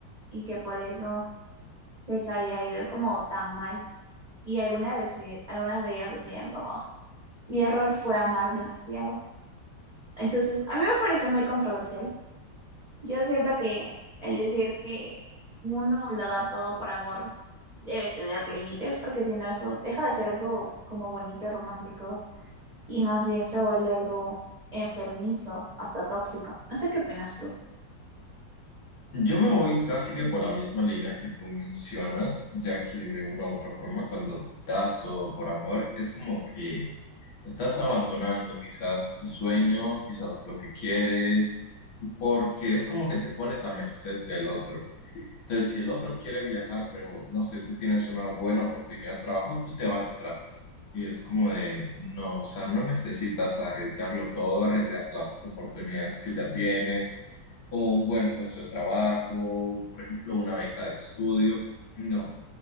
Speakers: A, on the right; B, on the left.
A: y que por eso les había ido como tan mal. Y algunas, deci- algunas de ellas decían como, mi error fue amar demasiado. Entonces, a mí me pareció muy controversial. Yo siento que el decir que uno lo da todo por amor debe tener límites, porque si no, eso deja de ser algo como bonito y romántico y más bien se vuelve algo enfermizo, hasta tóxico. No sé qué opinas tú.
B: Yo me voy casi que por la misma línea que tú mencionas, ya que de una u otra forma cuando das todo por amor es como que estás abandonando quizás tus sueños, quizás lo que quieres, porque es como que te pones a merced del otro. Entonces, si el otro quiere viajar, pero no sé, tú tienes una buena oportunidad de trabajo, tú te vas detrás. Y es como de, no, o sea, no necesitas arriesgarlo todo, arriesgar las oportunidades que ya tienes como un buen puesto de trabajo, un- por ejemplo, una beca de estudio. No,